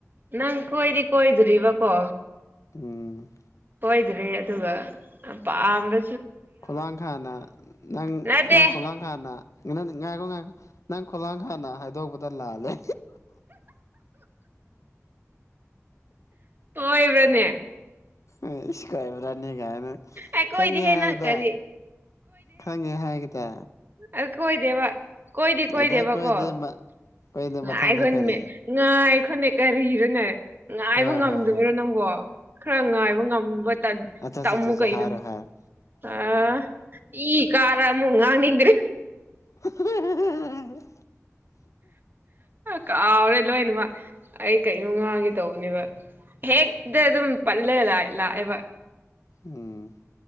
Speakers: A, on the right; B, on the left.
A: ꯅꯪ ꯀꯣꯏꯗꯤ ꯀꯣꯏꯗ꯭ꯔꯤꯕꯀꯣ
B: ꯎꯝ
A: ꯀꯣꯏꯗ꯭ꯔꯦ ꯑꯗꯨꯒ ꯄꯥꯝꯕ
B: ꯈꯨꯂꯥꯡ ꯈꯥꯡꯅ ꯅꯪ
A: ꯅꯠꯇꯦ
B: ꯅꯪ ꯈꯨꯂꯥꯡ ꯈꯥꯡꯅ ꯉꯥꯏꯈꯣ ꯉꯪꯢꯈꯣ ꯍꯥꯟꯅ ꯍꯥꯏꯗꯣꯛꯄꯗ ꯂꯥꯜꯂꯦ
A: ꯑꯌꯣꯢꯕ꯭ꯔꯅꯦ
B: ꯎꯝ ꯏꯁ ꯀꯥꯏꯕꯅ ꯀꯥꯏꯅ
A: ꯑꯩ ꯀꯣꯏꯗꯦꯍꯦ
B: ꯈꯪꯉꯦ ꯍꯥꯏꯗ
A: ꯅꯪ ꯀꯔꯤ
B: ꯈꯪꯉꯦ ꯍꯥꯏꯒꯗ
A: ꯑꯗꯨ ꯀꯣꯏꯗꯦꯕ ꯀꯣꯏꯗꯤ ꯀꯣꯏꯗꯦꯕ
B: ꯑꯗ ꯑꯩꯈꯣꯏꯗꯤ
A: ꯀꯣ
B: ꯑꯩꯈꯣꯏꯗꯤ
A: ꯉꯥꯏꯈꯣꯃꯦ
B: ꯃꯊꯪꯗ ꯀꯔꯤ
A: ꯉꯥꯢ ꯈꯪꯗꯦ ꯀꯔꯤꯔꯣꯅꯦ ꯉꯥꯏꯕ
B: ꯍꯣꯏ
A: ꯉꯝꯗꯕ꯭ꯔꯣ
B: ꯍꯣꯏ ꯍꯣꯏ
A: ꯅꯪꯕꯣ ꯈꯔ ꯉꯥꯏꯕ ꯉꯝꯕ ꯇꯟ
B: ꯑꯆꯥꯆꯥꯆꯥ
A: ꯇꯝꯃꯨ ꯀꯩꯅꯣ
B: ꯍꯥꯏꯔꯣ ꯍꯥꯢꯔꯣ
A: ꯑ ꯏ ꯀꯥꯔ ꯑꯃꯨꯛ ꯉꯥꯡꯅꯤꯡꯗ꯭ꯔꯦ
B: ꯍꯍꯍꯍꯍꯍ
A: ꯀꯥꯎꯔꯦ ꯂꯣꯏꯅꯃꯛ ꯑꯩ ꯀꯩꯅꯣ ꯉꯥꯡꯒꯦ ꯇꯧꯕꯅꯦꯕ ꯍꯦꯛꯗ ꯑꯗꯨꯝ ꯄꯜꯂꯒ ꯂꯥ ꯂꯥꯛꯑꯦꯕ
B: ꯎꯝ